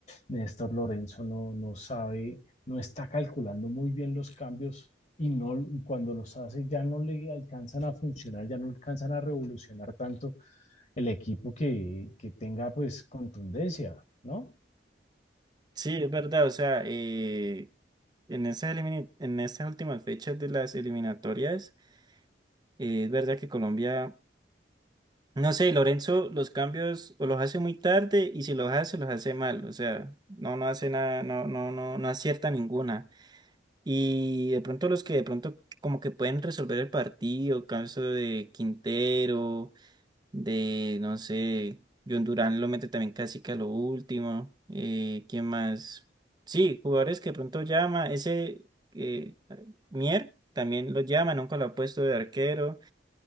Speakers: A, on the left; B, on the right.
A: Néstor Lorenzo no, no sabe, no está calculando muy bien los cambios y, no, y cuando los hace ya no le alcanzan a funcionar, ya no alcanzan a revolucionar tanto el equipo que, que tenga pues contundencia, ¿no?
B: Sí, es verdad, o sea, eh, en esas, elimina- en esas últimas fechas de las eliminatorias. Eh, es verdad que Colombia, no sé, Lorenzo los cambios o los hace muy tarde y si los hace, los hace mal. O sea, no, no hace nada, no, no, no, no acierta ninguna. Y de pronto los que de pronto como que pueden resolver el partido, caso de Quintero, de, no sé, John Durán lo mete también casi que a lo último. Eh, ¿quién más? Sí, jugadores que de pronto llama, ese eh, Mier también lo llama, nunca lo ha puesto de arquero.